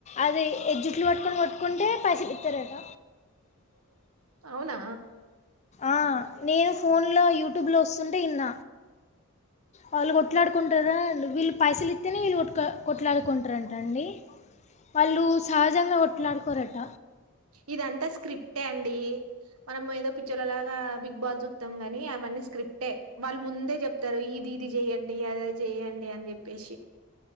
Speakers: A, on the left; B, on the right.
A: అది ఎ జుట్లు పట్టుకొని కొట్టుకుంటే పైసలిత్తరట
B: అవునా
A: ఆ నేను ఫోన్లో యూట్యూబ్లో వస్తుంటే ఇన్న వాళ్ళు కొట్లాడుకుంటారా వీళ్ళు పైసలు ఇతేనే వీళ్ళు కొట్ కొట్లాడుకుంటారంటండి వాళ్ళు సహజంగా కొట్లడు కొరంట
B: ఇదంతా స్క్రిప్టే అండి మనం ఏదో పిచ్చోళ్ళలాగా బిగ్ బాస్ చూస్తాం గని అవన్నీ స్క్రిప్టే వాళ్ళు ముందే చెప్తారు ఇది ఇది చెయ్యడి అదిఅది చేయండి అని చెప్పి ప్పేశి